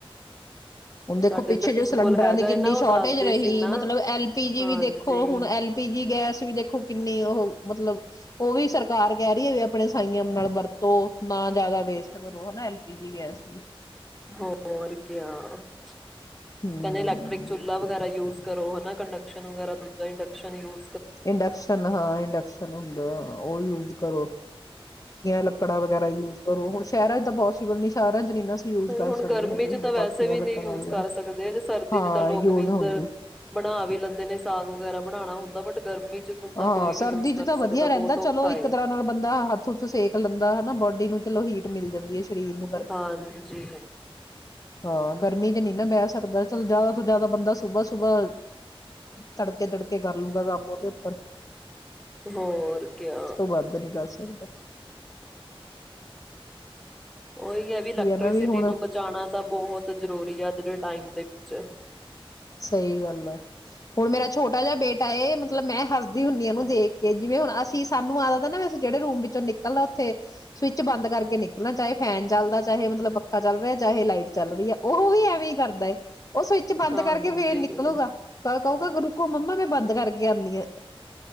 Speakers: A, on the left; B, in the centre.
A: ਹੁਣ ਦੇਖੋ
B: ਸਾਡੇ
A: ਪਿੱਛੇ
B: ਇੱਧਰ ਕਿਸੇ
A: ਜ ਸਿਲੰਡਰਾਂ
B: ਕੋਲ ਹੈਗਾ
A: ਦੀ ਕਿੰਨੀ
B: ਹੈ ਨਾ ਉਹ
A: ਸ਼ੋਰਟੇਜ
B: ਦੱਸਦੇ
A: ਰਹੀ
B: ਸੀ ਨਾ
A: ਮਤਲਬ ਐਲ ਪੀ ਜੀ
B: ਹਾਂਜੀ
A: ਵੀ ਦੇਖੋ ਹੁਣ ਐਲ ਪੀ ਜੀ ਗੈਸ ਵੀ ਦੇਖੋ ਕਿੰਨੀ ਉਹ ਮਤਲਬ ਉਹ ਵੀ ਸਰਕਾਰ ਕਹਿ ਰਹੀ ਹੈ ਵੀ ਆਪਣੇ ਸਾਈਆਂ ਨਾਲ ਵਰਤੋ ਨਾ ਜ਼ਿਆਦਾ ਵੇਸਟ ਕਰੋ ਹਨਾ ਐਲਪੀਜੀ ਗੈਸ ਨੂੰ
B: ਹੋਰ ਕਹਿੰਦੇ
A: ਹੂੰ।
B: ਇਲੈਕਟ੍ਰਿਕ ਚੁ ਵਗੈਰਾ ਯੂਜ ਕਰੋ ਹਨਾ ਕੰਡਕਸ਼ਨ ਵਗੈਰਾ ਦੂਜਾ ਇੰਡਕਸ਼ਨ ਯੂ
A: ਇੰਡਕਸ਼ਨ ਹਾਂ ਇੰਡਕਸ਼ਨ ਹੁੰਦਾ ਉਹ ਯੂਜ ਕਰੋ ਲੱਕੜਾ ਵਗੈਰਾ ਯੂਜ ਕਰੋ ਹੁਣ ਸ਼ਹਿਰਾਂਚ ਤਾਂ ਪੋਸੀਬਲ ਨੀ ਸ਼ਹਿਰਾਂ ਚ ਨੀ ਨਾ ਅਸੀਂ ਯੂਜ ਕਰ
B: ਹੁਣ
A: ਸਕਦੇ
B: ਗਰਮੀ
A: ਹੈਗੇ
B: ਚ
A: ਹੁਣ
B: ਤਾਂ ਵੈਸੇ
A: ਪਾਥੀਆਂ
B: ਵੀ
A: ਲੱਕੜਾਂ
B: ਨਹੀਂ ਯੂਜ
A: ਵਗੈਰਾ
B: ਕਰ ਸਕਦੇੇ ਸਰਦੀ
A: ਹਾਂ
B: ਚ ਤਾਂ ਲੋਕ
A: ਯੂਜ
B: ਮਿੰਜ਼ਰ
A: ਹੁੰਦੀ
B: ਬਣਾ ਵੀ ਲੈਂਦੇ ਨੇ ਸਾਗ ਵਗੈਰਾ ਬਣਾਣਾ ਹੁੰਦਾ ਬ ਗਰਮੀ ਚ ਤਾਂ
A: ਹਾਂ
B: ਕੋਈ ਨੀ
A: ਸਰਦੀ
B: ਯੂਜ
A: ਚ
B: ਕਰ
A: ਤਾਂ ਵਧੀਆ
B: ਸਕਦਾ
A: ਰਹਿੰਦਾ
B: ਬਹੁਤ ਔਖਾ
A: ਚਲੋ ਇੱਕ
B: ਏ
A: ਤਰ੍ਹਾਂ ਨਾਲ ਬੰਦਾ ਹੱਥ ਹੱਥ ਸੇਕ ਲੈਂਦਾ ਹਨਾ ਬੋਡੀ ਨੂੰ ਚਲੋ ਹੀਟ ਮਿਲ ਜਾਂਦੀ ਹੈ ਸਰੀਰ ਨੂੰ ਗਰ
B: ਹਾਂਜੀ
A: ਹਾਂ ਗਰਮੀ ਚ ਨ ਨਾ ਬਹਿਸ ਸਕਦਾ ਚਲ ਜਿਆਦਾ ਤੋਂ ਜਿਆਦਾ ਬੰਦਾ ਸੁਬਾ ਸੁਬਾਹ ਤੜਕੇ ਤੜਕੇ ਕਰ ਲੂਗਾ ਕੰਮ ਉਹਦੇ ਉੱਪਰ
B: ਹੋਰ ਕਿਆ
A: ਉਸ ਤੋਂ ਵੱਧ ਨੀ ਕਰ ਸਕਦਾ
B: ਉਹੀ ਹੈ ਵੀ ਇਲੈਕਟ੍ਰੀਸਿਟੀ
A: ਨਾ ਵੀ ਹੁਣ
B: ਨੂੰ ਬਚਾਉਣਾ ਤਾਂ ਬਹੁਤ ਜਰੂਰੀ ਆ ਜੇ ਟਾਈਮ ਦੇ ਵਿੱਚ।
A: ਸਹੀ ਗੱਲ ਆ ਹੁਣ ਮੇਰਾ ਛੋਟਾ ਜਿਹਾ ਬੇਟਾ ਮਤਲਬ ਮੈਂ ਹੱਸਦੀ ਹੁੰਦੀ ਆਨੂੰ ਦੇਖ ਕੇ ਜਿਵੇਂ ਹੁਣ ਅਸੀਂ ਸਾਨੂੰ ਆਦਤ ਨਾ ਅਸੀਂ ਜਿਹੜੇ ਰੂਮ ਵਿੱਚੋਂ ਨਿਕਲਣਾ ਉੱਥੇ ਸਵਿੱਚ ਬੰਦ ਕਰਕੇ ਨਿਕਲਣਾ ਚਾਹੇ ਫੈਨ ਚੱਲਦਾ ਚਾਹੇ ਮਤਲਬ ਪੱਖਾ ਚੱਲ ਰਿਹਾ ਚਾਹੇ ਲਾਈਟ ਚੱਲ ਰਹੀ ਹੈ ਉਹ ਵੀ ਐਵੇਂ ਹੀ ਕਰਦਾ ਹੈ। ਉਹ ਸਵਿੱਚ ਬੰਦ
B: ਹਾਂਜੀ
A: ਕਰਕੇ ਫ ਨਿਕਲੂਗਾ। ਕਹਗਾ ਗ ਰੁਕੋ ਮੰਮਾ ਮੈਂ ਬੰਦ ਕਰਕੇ ਆਉਂਦੀ ਆ।